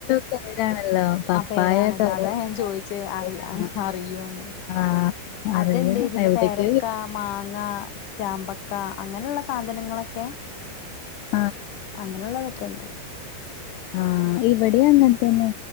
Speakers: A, on the left; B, on the left.
A: പേരാണല്ലോ പപ്പായ
B: ആ പേരാണല്ലോ
A: കറൂത്ത
B: അതാ ഞാൻ ചോയിച്ചെ അറ
A: ആഹ്
B: അറിയോന്ന്
A: ആഹ്
B: അത്ണ്ട്
A: അറിയ
B: പിന്നെ
A: എവിടേക്കോ
B: പേരക്ക മാങ്ങ ചാമ്പക്ക അങ്ങനെള്ള സാധനങ്ങളൊക്കെ
A: ആഹ്
B: അങ്ങനെയുള്ളതൊക്കെ ഇണ്ട്.
A: ആ ഇവിടെ അങ്ങനെ തന്നെ